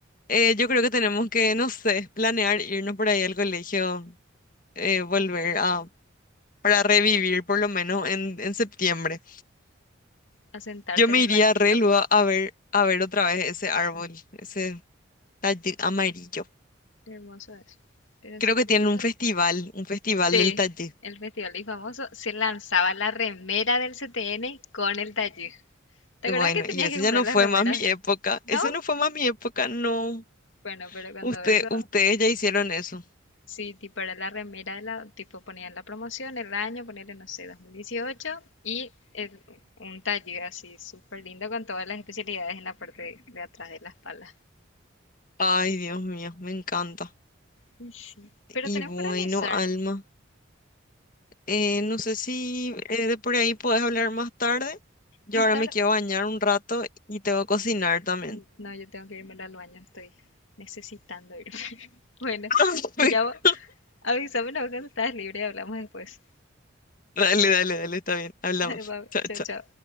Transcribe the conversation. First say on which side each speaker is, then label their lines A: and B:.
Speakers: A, on the left; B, on the left.
A: Eh, yo creo que tenemos que, no sé, planear irnos por ahí al colegio, eh, volver a, para revivir por lo menos en, en septiembre.
B: a sentarte
A: Yo me
B: en el
A: iría
B: banquito.
A: a Relua a ver, a ver otra vez ese árbol, ese tallí amarillo.
B: Qué hermoso es. Pero sí
A: Creo
B: tenemos
A: que tienen un festival, un festival
B: Sí,
A: del tallí.
B: el festival y famoso se lanzaba la remera del CTN con el taller. ¿Te
A: Bueno,
B: acuerdas que tenías
A: y eso
B: que comprar
A: ya no
B: las
A: fue
B: remeras?
A: más mi época.
B: ¿No?
A: Ese no fue más mi época, no.
B: Bueno, pero cuando
A: Usted,
B: eso,
A: ustedes ya hicieron eso.
B: sí, tipo era la remera de la, tipo ponían la promoción, el año, ponerle, no sé, 2018 y el- un taller así súper lindo con todas las especialidades en la parte de atrás de la espalda.
A: Ay, Dios mío, me encanta.
B: Y sí, pero
A: Y
B: tenemos
A: bueno,
B: que organizar.
A: Alma, eh, no sé si eh, de por ahí podés hablar más tarde. Yo
B: Más
A: ahora
B: tarde,
A: me quiero bañar un rato y tengo que cocinar también.
B: mm, no, yo tengo que irme al baño, estoy necesitando irme. <laughs> Bueno,
A: <laughs>
B: te llamo, Avísame luego cuando estás libre y hablamos después.
A: Dale, dale, dale, está bien. Hablamos.
B: <laughs> Dale,
A: Chao,
B: Chao,
A: chao.
B: chao.